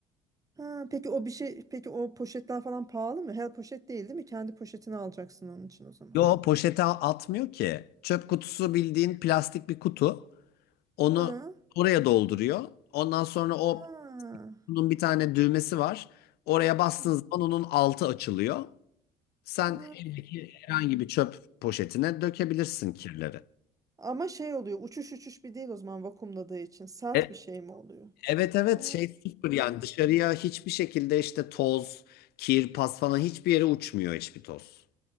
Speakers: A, on the right (about 20°); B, on the left (about 60°).
A: Ha, peki o bir şey peki o poşetler falan pahalı mı? Her poşet değil değil mi? Kendi poşetini alacaksın onun için o zaman.
B: Yo poşete a- atmıyor ki. Çöp kutusu bildiğin plastik bir kutu. Onu
A: Ha,
B: oraya dolduruyor. Ondan sonra o
A: ha,
B: kutunun bir tane düğmesi var. Oraya bastığın
A: ha.
B: zaman onun altı açılıyor. Sen
A: ha.
B: evdeki herhangi bir çöp poşetine dökebilirsin kirleri.
A: Ama şey oluyor uçuş uçuş bir değil o zaman vakumladığı için sert
B: E-
A: bir şey mi oluyor?
B: Evet evet
A: Ha.
B: şey sıfır yani dışarıya hiçbir şekilde işte toz, kir, pas falan hiçbir yere uçmuyor hiçbir toz.